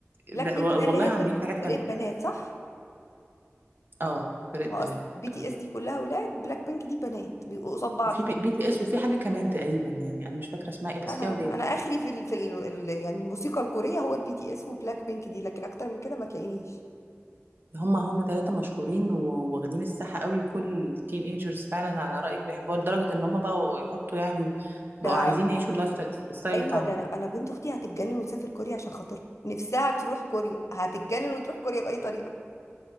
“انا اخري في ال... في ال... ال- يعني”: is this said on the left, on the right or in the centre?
Left